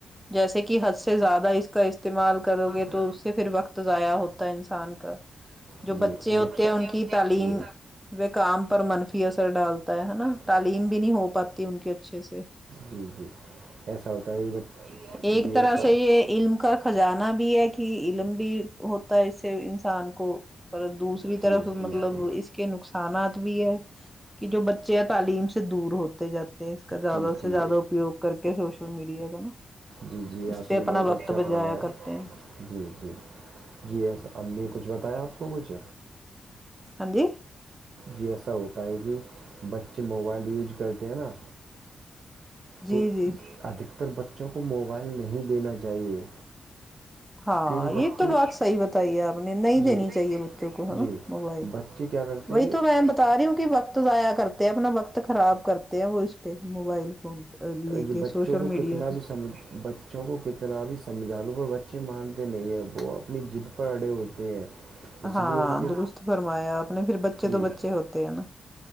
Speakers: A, in the centre; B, on the right.
A: جیسے کہ حد سے زیادہ اس کا استعمال کرو گے
B: جی
A: تو اس سے پھر وقت ضائع ہوتا ہے انسان کا جو
B: جی
A: بچے ہوتے
B: نقصان
A: ہیں ان کی تعلیم
B: جی۔
A: وہ کام پر منفی اثر ڈالتا ہیں ہے نا
B: جی۔
A: تعلیم بھی نہیں ہو پاتی ان کے اچھے سے
B: جی جی ایسا ہوتا ہے یہ
A: ایک
B: جی
A: طرح
B: ایسا
A: سے یہ علم کا خزانہ بھی ہے کہ علم بھی ہوتا ہے اس سے انسان کو پر دوسری
B: جی،
A: طرف مطلب
B: جی، جی۔
A: اس کے نقصانات بھی ہے کہ جو بچے ہیں تعلیم سے دور ہوتے جاتے ہیں کا زیادہ
B: جی جی
A: سے زیادہ اپیوگ کر کے سوشل میڈیا کا نا
B: جی جی
A: اس
B: آپ
A: پہ
B: نے
A: اپنا
B: بہت اچھا
A: وقت بھی
B: فرمایا
A: ضائع کرتے ہیں
B: جی جی جی ایسا امی کچھ بتایا آپ کو کچھ
A: ہاں جی
B: جی ایسا ہوتا ہے کہ بچے موبائل یوج کرتے ہیں نا تو
A: جی جی
B: ادھکتر بچوں کو موبائل نہیں دینا چاہیے
A: ہاں
B: کیونکہ
A: یہ
B: بچے
A: تو بات صحیح بتائی ہے آپ نے نہیں
B: جی
A: دینی چاہیے بچوں کو ہے
B: جی
A: نا موبائل
B: بچے کیا کرتے
A: وہی
B: ہیں کہ
A: تو میں بتا رہی ہوں کہ وقت ضائع کرتے ہیں اپنا وقت خراب کرتے ہیں وہ اس پہ موبائل فون لے
B: ج
A: کے
B: بچوں
A: سوشل
B: کو
A: میڈیا
B: کتنا
A: پہ
B: بھی سمجھ بچوں کو کتنا بھی سمجھا لوں گے بچے مانتے نہیں ہیں وہ اپنی جد پر اڑے ہوتے ہیں اس
A: ہاں
B: لیے ان کے
A: درست فرمایا اپنے پھر بچے
B: جی
A: دو بچے ہوتے ہے نا